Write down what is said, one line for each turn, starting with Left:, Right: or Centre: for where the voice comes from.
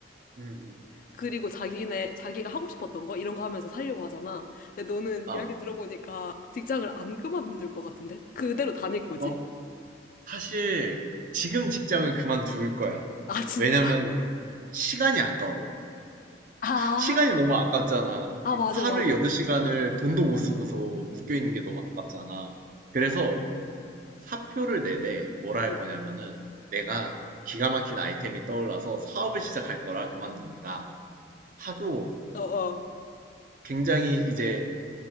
Right: 음, 음.
Left: 그리고 자기네, 자기가 하고 싶었던 거, 이런 거 하면서 살려고 하잖아. 근데 너는
Right: 아.
Left: 이야기 들어보니까 직장을 안 그만둘 것 같은데? 그대로 다닐 거지.
Right: 어, 사실 지금 직장은 그만둘 거야.
Left: 아, 진짜?
Right: 왜냐면 시간이 아까워.
Left: 아,
Right: 시간이 너무 아깝잖아.
Left: 아, 맞아,
Right: 하루에
Left: 맞아.
Right: 8시간을
Left: 어,
Right: 돈도 못 쓰고서 묶여있는 게 너무 아깝잖아. 그래서 사표를 내되 뭐라 할
Left: 어,
Right: 거냐면은 내가 기가 막힌 아이템이 떠올라서 사업을 시작할 거라 그만둡니다. 하고
Left: 어, 어.
Right: 굉장히 이제